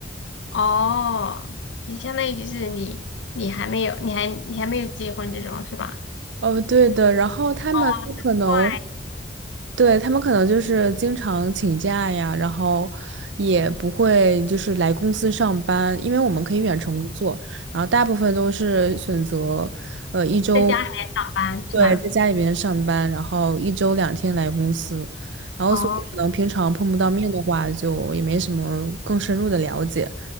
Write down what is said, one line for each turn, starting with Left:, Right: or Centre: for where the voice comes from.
Left: 哦，你相当于就是你，你还没有，你还你还没有结婚这种是吧？
Right: 哦，对的，然后他们可能
Left: 哦，难怪
Right: 对，他们可能就是经常请假呀，然后也不会就是来公司上班，因为我们可以远程工作，然后大部分都是选择，呃，一周，
Left: 在家里面上班是吧？
Right: 对，在家里边上班，然后一周两天来公司，然后所以可能平常碰不到面的话，
Left: 哦
Right: 就也没什么更深入的了解，